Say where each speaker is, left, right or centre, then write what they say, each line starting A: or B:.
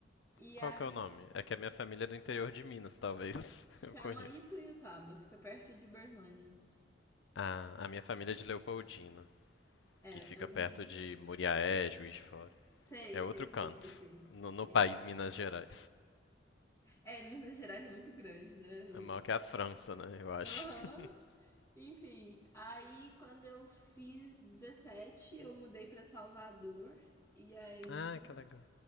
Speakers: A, on the left; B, on the left.
A: E
B: Qual
A: aí
B: que é o nome? É que a minha família é do interior de Minas, talvez.
A: chama
B: <laughs> Eu conheço.
A: Ituiutaba, fica perto de Uberlândia.
B: Ah, a minha família é de Leopoldina.
A: É,
B: que fica
A: eu
B: perto de Muriaé, Juiz de Fora.
A: sei,
B: É
A: sei,
B: outro
A: sei,
B: canto,
A: sei, sei,
B: no,
A: sei.
B: no país Minas Gerais.
A: É, Minas Gerais é muito grande, né? E...
B: É mal que a França, né, eu acho.
A: Aham.
B: <laughs>
A: Enfim, aí quando eu fiz 17 eu mudei para Salvador. E aí
B: ah, que legal.